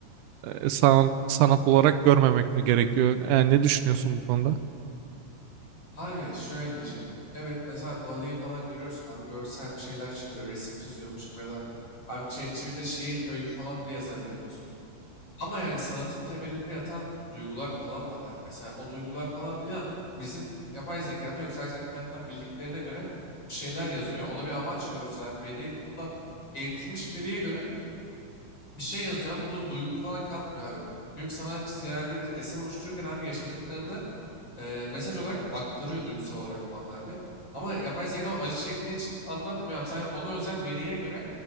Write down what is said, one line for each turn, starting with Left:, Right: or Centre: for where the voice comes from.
Right: e, sanat, sanat olarak görmemek mi gerekiyor? Yani ne düşünüyorsun bu konuda?
Left: Abi şöyle diyeceğim. Evet mesela Dali'yi falan görüyorsun abi görsel bir şeyler çıkarıyor resim çiziyormuş gibi ya da abi ChatGPT'de şiir öykü falan bile yazabiliyoruz. Ama yani sanatın temelinde yatan duygular falan var abi. Mesela o duygular falan filan bizim yapay zekada yok. Sadece internetten bildiklerine göre bir şeyler yazıyor. Ona bir amaç veriyoruz abi. Veri, o da eğitilmiş veriye göre bir şey yazıyor ama bunu duygu falan katmıyor abi. Çünkü bir sanatçı genelde bir eser oluştururken abi yaşadıklarını e, mesaj olarak aktarıyor duygusal olarak falan abi. Ama yapay zeka onu acı çektiği için anlatmıyor abi. Sadece ona özel veriye göre